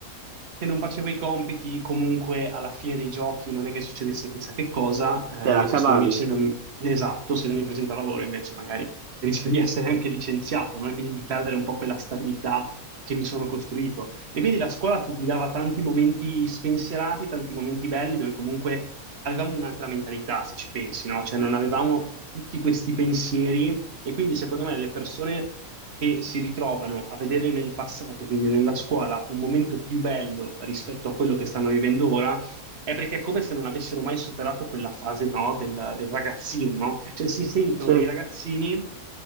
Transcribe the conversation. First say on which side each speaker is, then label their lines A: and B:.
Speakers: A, on the right; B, on the right.
A: Se non facevo i compiti, comunque alla fine dei giochi non è che succedesse chissà che cosa, eh,
B: te
A: invece
B: la cavavi.
A: se non mi, se non- esatto, se non mi presento al lavoro invece magari rischio di essere anche licenziato, no? E quindi di perdere un po' quella stabilità che mi sono costruito. E quindi la scuola ti ti dava tanti momenti spensierati, tanti momenti belli, dove comunque avevamo un'altra mentalità, se ci pensi, no? Cioè non avevamo tutti questi pensieri e quindi secondo me le persone che si ritrovano a vedere nel passato, quindi nella scuola, un momento più bello rispetto a quello che stanno vivendo ora, è perché è come se non avessero mai superato quella fase, no, del, del ragazzino, no? Cioè si sentono
B: Sì,
A: dei ragazzini,